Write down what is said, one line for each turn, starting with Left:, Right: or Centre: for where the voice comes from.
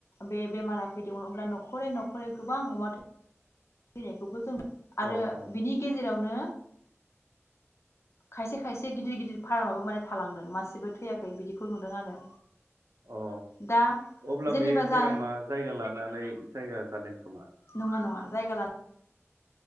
Left: बे बेमारा फैदोंमोन अब्ला न'खरै न'खरै गोबां अमा थैनायखौबो जों आरो
Right: औ औ
Left: बिनि गेजेरावनो खायसे खायसे गिदिर गिदिर फार्माबो माने थालांदों मासेबो थैयाखै बिदिखौ नुदों आरो
Right: अ
Left: दा
Right: अब्ला
Left: जेनेबा
Right: बे
Left: जा
Right: बेरामा जायगा लानानै जायगा जादों खोमा
Left: नङा नङा जायगा लानानै